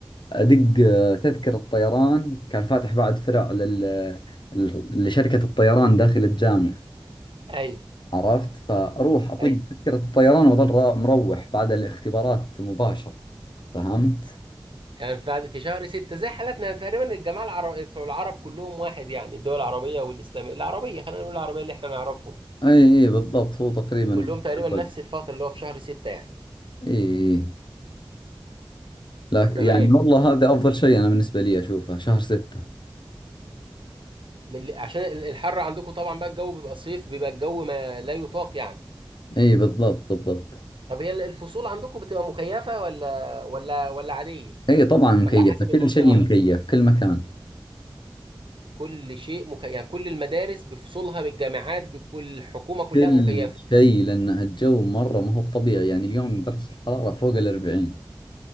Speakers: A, on the left; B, on the right.
A: أدق آه، تذكرة طيران كان فاتح بعد فرع لل... لشركة الطيران داخل الجامعة
B: ايوه
A: عرفت فأروح أطق
B: ايوه
A: تذكرة الطيران وأظل را- مروح بعد الاختبارات مباشرة فهمت؟
B: يعني في بعد- في شهر ستة زي حالاتنا تقريبا الجماعة العرب بتوع العرب كلهم واحد يعني الدول العربية والإسلامية العربية خلينا نقول العربية اللي احنا نعرفهم
A: أي أي بالضبط هو تقريبا
B: كلهم
A: في نفس
B: تقريبا نفس
A: الوقت
B: الفترة اللي هو في شهر ستة يعني
A: اي إي. لا
B: تمام
A: يعني والله هذا أفضل شيء أنا بالنسبة لي أشوفه شهر ستة
B: من- عشان ال- الحر عندكم طبعا بقى الجو بيبقى صيف بيبقى الجو ما لا يطاق يعني
A: إي بالضبط بالضبط
B: طب هي ال- الفصول عندكم بتبقى مكيفة ولا ولا ولا عادية
A: إي طبعا مكيفة
B: ولا حسب المنطقة
A: كل شيء مكيف كل مكان
B: كل شيء مكيف يعني كل المدارس بفصولها بالجامعات بكل الحكومة كلها
A: كل
B: مكيفة
A: شيء لأن الجو مرة ما هو بطبيعي يعني اليوم درجة الحرارة فوق الأربعين